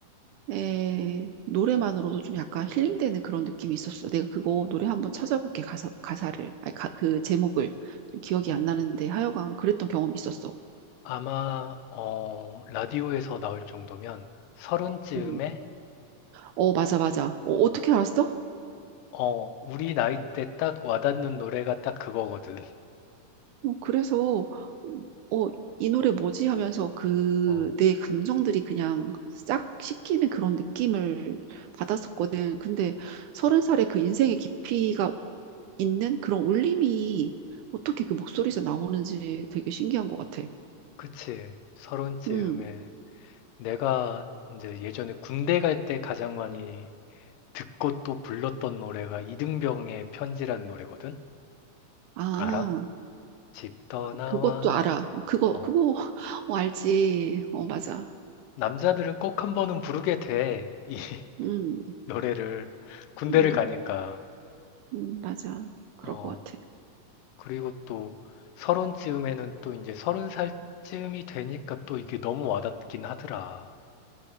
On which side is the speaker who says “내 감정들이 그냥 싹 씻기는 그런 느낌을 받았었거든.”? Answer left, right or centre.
Right